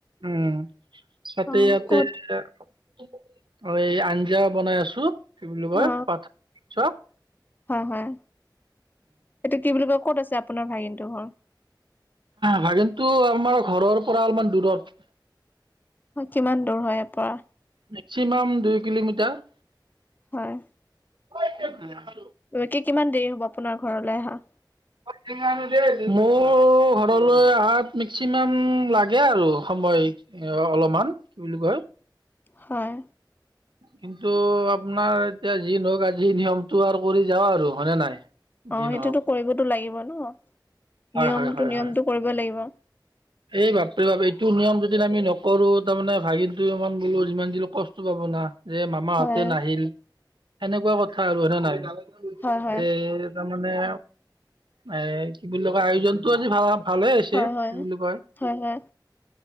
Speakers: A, on the right; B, on the left.
A: উম, তাতে
B: অ
A: ইয়াতে
B: ক'ত
A: অ', এই আঞ্জা বনাই আছো, কি বুলি কয়
B: অ
A: পাঠা মাংস।
B: হয়, হয়, এইটো কি বুলি কয় ক'ত আছে আপোনাৰ ভাগিনটো ঘৰ।
A: ভাগিনটো আমাৰ ঘৰৰ পৰা অলপমান দূৰত।
B: হয়, কিমান দূৰ হয় ইয়াৰ পৰা?
A: মেক্সিমাম দুই কিলোমিটাৰ।
B: হয়।
A: <unintelligible>
B: 'কে কিমান দেৰি হ'ব আপোনাৰ ঘৰলৈ আহা?
A: <unintelligible> মোৰ ঘৰলৈ অহাত মেক্সিমাম লাগে আৰু সময় এ, অলপমান কি বুলি কয়
B: হয়।
A: কিন্তু আপোনাৰ এতিয়া যি নওঁক আজি নিয়মটো আৰু কৰি যাওঁ আৰু, হয়নে নাই?
B: অ',
A: যি নহওক
B: সেইটোতো কৰিবতো লাগিব ন,
A: হয়
B: নিয়মটো,
A: হয় হয়
B: নিয়মটো
A: হয়
B: কৰিব লাগিব।
A: এই বাপৰে বাপ, এইটো নিয়ম যদি আমি নকৰো তাৰমানে ভাগিনটো ইমান বোলো যিমান দিলো কষ্ট পাব না যে মামাহঁতে
B: হয়
A: নাহিল সেনেকুৱা কথা আৰু হয় নে নাই,
B: হয় হয়
A: এ তাৰমানে এ কি বুলি কয়, আয়োজনটো আজি ভাল ভালে হৈছে।
B: হয় হয়
A: কি বুলি কয়
B: হয় হয়